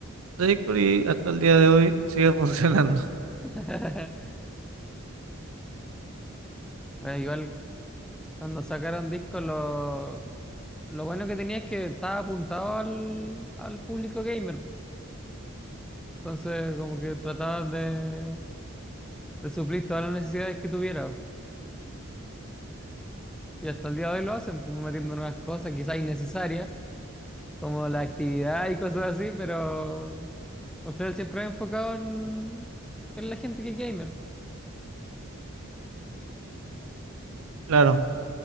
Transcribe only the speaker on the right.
de Discord y hasta el día de hoy sigue <laughs> funcionando.
Claro,